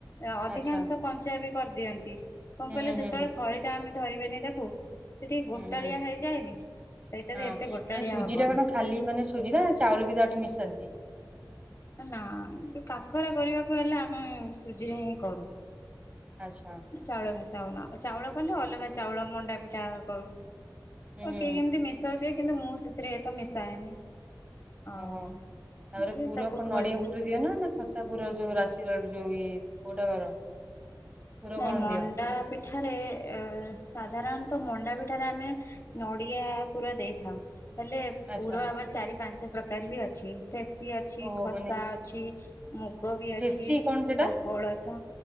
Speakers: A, on the left; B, on the right.
A: ଅଧିକାଂଶ
B: ଆଚ୍ଛା
A: କଞ୍ଚା ବି କରିଦିଅନ୍ତି। କଣ
B: ହୁଁ
A: କଇଲ
B: ହୁଁ
A: ଯେତଳେ
B: ହୁଁ ହୁଁ
A: ଖଳିଟା ଆମେ ଧରିବେନି ତାକୁ ସେ ଟିକେ
B: ହୁଁ
A: ଗୋଟାଳିଆ
B: ହୁଁ
A: ହେଇଯାଏନି ସେଇଟାରେ
B: ହଁ
A: ଏତେ ଗୋଟାଳିଆ
B: ମାନେ ସୁଜି
A: ହବନି।
B: ଟା କଣ ଖାଲି ମାନେ ସୁଜିରା ଚାଉଳ ବି ତାଠିି ମିଶାନ୍ତି।
A: ନାଆଁ କାକରା କରିବାକୁ ହେଲେ ଆମେ ସୁଜିରେ ହିଁ କରୁ।
B: ଆଚ୍ଛା।
A: ଚାଉଳ ମିଶାଉନା ଚାଉଳ କଲେ ଅଲଗା ଚାଉଳ ମଣ୍ଡା ପିଠା କରୁ।
B: ହୁଁ
A: ତ
B: ହୁଁ
A: କେଇ
B: ହୁଁ
A: କେମିତି ମିଶଉଥୁବେ କିନ୍ତୁ ମୁଁ ସେଥିରେ ତ ମିଶାଏନି। ଆଉ
B: ଓହୋ।
A: ଏମିତି
B: ତାପରେ ପୁର
A: ତାକୁ
B: କଣ
A: ଖଳି
B: ନଡିଆ
A: ଯନ୍ତି
B: ପୁର ଦିଅ ନା ନା ଖସା ପୁର ଯୋଉ ରାଶିର ଯୋଉ ଇ କୋଉଟା କର? ପୁର
A: ନାଇଁ
B: କଣ
A: ମଣ୍ଡା
B: ଦିଅ
A: ପିଠାରେ ଏ ସାଧାରଣତଃ ମଣ୍ଡା ପିଠାରେ ଆମେ ନଡିଆ ପୁର ଦେଇଥାଉ। ହେଲେ
B: ଆଚ୍ଛା
A: ପୁର ଆମର ଚାରି ପାଞ୍ଚ ପ୍ରକାର ବି ଅଛି ଫେସି ଅଛି,
B: ଓହୋ
A: ଖସା
B: ମାନେ
A: ଅଛି। ମୁଗ ବି ଅଛି
B: ଫେସି କଣ ସେଟା
A: ଆଉ କୋଳଥ